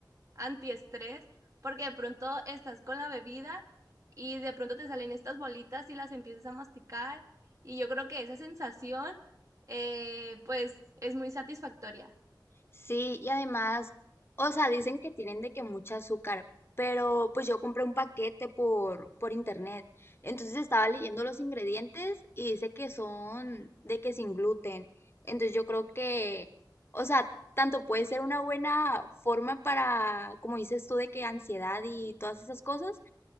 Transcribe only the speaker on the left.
Sí, y además, o sea, dicen que tienen de que mucha azúcar, pero pues yo compré un paquete por, por internet. Entonces estaba leyendo los ingredientes y dice que son de que sin gluten. Entonces yo creo que, o sea, tanto puede ser una buena forma para, como dices tú, de que ansiedad y todas esas cosas,